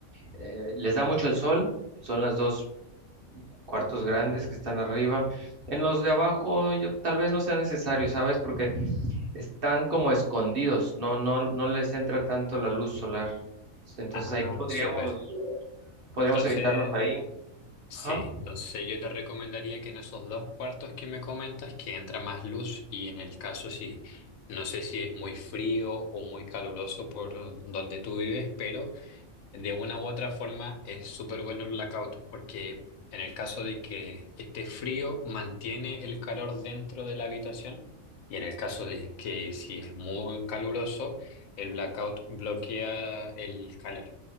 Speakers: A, on the right; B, on the left.
A: eh, les da mucho el sol, son las dos cuartos grandes que están arriba. En los de abajo, yo tal vez no sea necesario, ¿sabes? Porque están como escondidos, no, no, no les entra tanto la luz solar. Entonces
B: Ah,
A: ahí podríamos,
B: súper.
A: podríamos
B: Entonces,
A: evitarnos ahí.
B: sí,
A: Ajá.
B: entonces yo te recomendaría que en esos dos cuartos que me comentas, que entra más luz y en el caso si, no sé si es muy frío o muy caluroso por donde tú vives, pero de una u otra forma es súper bueno el blackout, porque en el caso de que esté frío, mantiene el calor dentro de la habitación y en el caso de que si es muy caluroso, el blackout bloquea el calor.